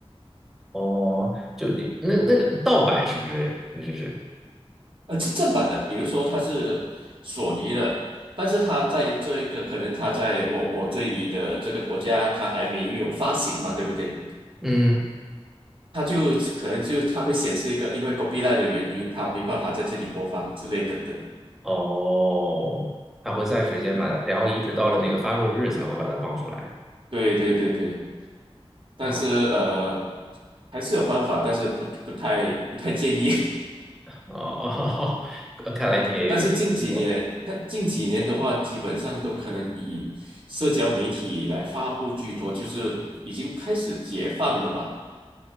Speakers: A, in the centre; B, on the right.
A: 哦，就那那个盗版是不是？你试试。
B: 呃，是正版的，比如说它是索尼的，但是它在这一个可能它在我我这里的这个国家，它还没有发行嘛，对不对？
A: 嗯。
B: 它就可能就它会显示一个因为 c o p y i g h 的原因，它没办法在这里播放之类等等的。
A: 哦，它会算时间把它，
B: 嗯，
A: 然后一直到了那个发售日才会把它放出来。
B: 对对对对。但是呃，
A: 哦
B: 还是有方法，但是不不太不太建议。<laughs>
A: 哦，<laughs> 看来你也有研究过。
B: 嗯，但是近几年，但近几年的话，基本上都可能以社交媒体来发布居多，就是已经开始解放了吧？